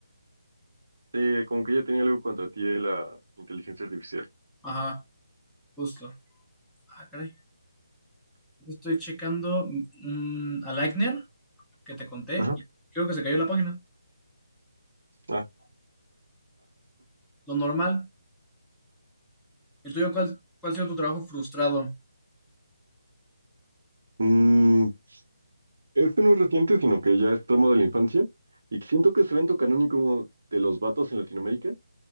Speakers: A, on the right; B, in the centre.
A: Sí, como que ya tenía algo contra ti de la inteligencia artificial.
B: Ajá, justo. Ah, caray. Estoy checando mm, a Lightner que te conté,
A: Ajá.
B: y creo que se cayó la página.
A: Ah.
B: Lo normal. ¿El tuyo cuál, cuál ha sido tu trabajo frustrado?
A: Mm, este no es reciente, sino que ya es tramo de la infancia. Y siento que ese evento canónico de los vatos en Latinoamérica,